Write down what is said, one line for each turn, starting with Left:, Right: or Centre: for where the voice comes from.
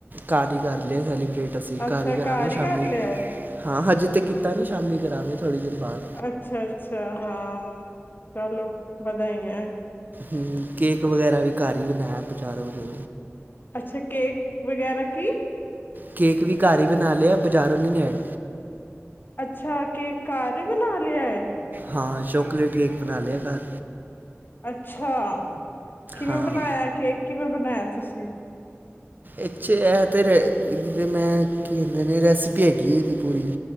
Right: ਘਰ ਹੀ ਕਰ ਲਿਆ ਸੈਲੀ ਟ ਅਸੀਂ
Left: ਅੱਛਾ
Right: ਘਰ ਹੀ ਕਰਾਂਗੇ ਸ਼ਾਮੀ
Left: ਕਰ ਲਿਆ ਹੈ
Right: ਹਾਂ ਹਜ ਤੇ ਕੀਤਾ ਨੀ ਸ਼ਾਮੀ ਕਰਾਂਗੇ ਥੋੜ੍ਹੀ ਦੇਰ ਬਾਅਦ
Left: ਅੱਛਾ ਅੱਛਾ ਹਾਂ ਚਲੋ ਵਧਾਈ ਐਂ
Right: ਹੂੰ ਕੇਕ ਵਗੈਰਾ ਵੀ ਘਰ ਹੀ ਬਣਾਇਆ ਵਿਚਾਰੋਂ ਬੋਂ
Left: ਅੱਛਾ ਕੇਕ ਵਗੈਰਾ ਕੀ
Right: ਕੇਕ ਵੀ ਘਰ ਹੀ ਬਣਾ ਲਿਆ ਬਜ਼ਾਰੋਂ ਨੀ ਲੈਣ
Left: ਅੱਛਾ ਕੇ ਘਰ ਹੀ ਬਣਾ ਲਿਆ ਏ
Right: ਹਾਂ ਚੋਕਲੇਟ ਕੇਕ ਬਣਾ ਲਿਆ ਘਰ
Left: ਅੱਛਾ ਕਿਵੇਂ
Right: ਹਾਂ
Left: ਬਣਾਇਆ ਕੇਕ ਕਿਵੇਂ ਬਣਾਇਆ ਤੁਸੀਂ
Right: ਇੱਛੇ ਤੇ ਇਹਦੀ ਤੇ ਮੈਂ ਕੀ ਕਹਿੰਦੇ ਨੇ ਰੈਸਪੀ ਹੈਗੀ ਹੈ ਇਹਦੀ ਪੂਰੀ।